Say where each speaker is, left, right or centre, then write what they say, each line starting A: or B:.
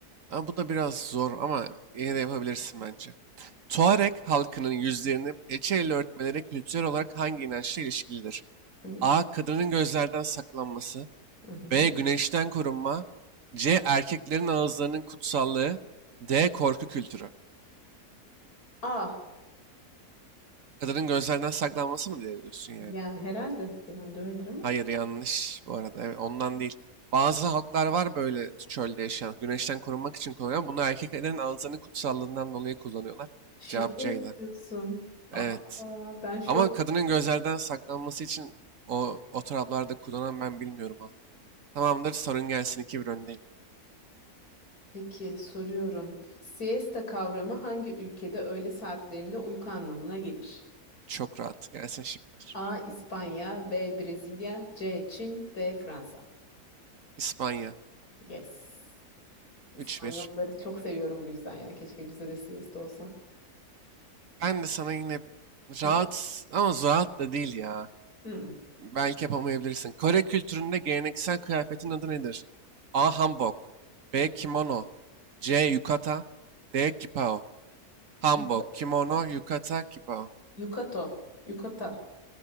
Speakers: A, on the right; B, on the left.
A: Ama bu da biraz zor ama yine de yapabilirsin bence. Tuareg halkının yüzlerini peçeyle örtmeleri kültürel olarak hangi inançla ilişkilidir?
B: Hı
A: A. Kadının gözlerden saklanması.
B: hı. hı.
A: B. Güneşten korunma. C. Erkeklerin ağızlarının kutsallığı. D. Korku kültürü.
B: A
A: Kadının gözlerinden saklanması mı diye diyorsun yani?
B: yani herhalde genelde öyledir ama.
A: Hayır yanlış bu arada. Evet, ondan değil. Bazı halklar var böyle çölde yaşayan. Güneşten korunmak için kullanıyor. Bunu erkeklerin ağızlarının kutsallığından dolayı kullanıyorlar.
B: Şaka
A: Cevap C'ydi.
B: yapıyorsun.
A: Evet.
B: Aa, ben şok.
A: Ama kadının gözlerden saklanması için o, o taraflarda kullanan ben bilmiyorum. halk. Tamamdır sorun gelsin iki bir öndeyim.
B: Peki soruyorum. Siesta kavramı hangi ülkede öğle saatlerinde uyku anlamına gelir?
A: Çok rahat. Gelsin şıklar.
B: A. İspanya, B. Brezilya, C. Çin, D. Fransa.
A: İspanya
B: Yes. İspanyolları
A: üç bir.
B: çok seviyorum bu yüzden ya. Keşke bizde de siesta olsa.
A: Ben de sana yine
B: Hadi.
A: rahat ama rahat da değil ya.
B: Hmm.
A: Belki yapamayabilirsin. Kore kültüründe geleneksel kıyafetin adı nedir? A. Hanbok B. Kimono C. Yukata D. Kipao Hanbok,
B: Yuk-
A: kimono, yukata, kipao.
B: Yukato. Yukata.